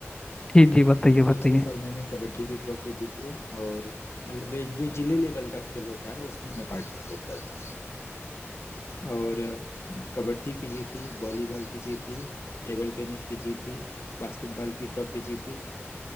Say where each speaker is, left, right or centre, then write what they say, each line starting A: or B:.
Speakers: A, on the left; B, on the left.
A: जी जी बताइए बताइए
B: पिछले साल मैंने कबड्डी की ट्रॉफी जीती और मतलब ये जो जिले लेवल का खेल होता है उसमें मैं पार्टिसिपेट करता हूँ और कबड्डी की जीती वॉलीबॉल की जीती टेबल टेनिस की जीती बास्केटबॉल की ट्रॉफी जीती